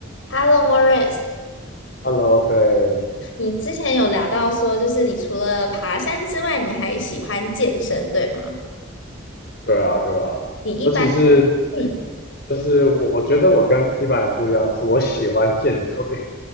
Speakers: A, on the left; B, on the left.
A: Hello, Morris，
B: Hello，可以，
A: 你之前有聊到说，就是你除了爬山之外，你还喜欢健身，对吗？
B: 对啊，对啊，
A: 你一般都，
B: 尤其是
A: 嗯，
B: 就是我觉得我跟一般人不一样，是我喜欢健腿，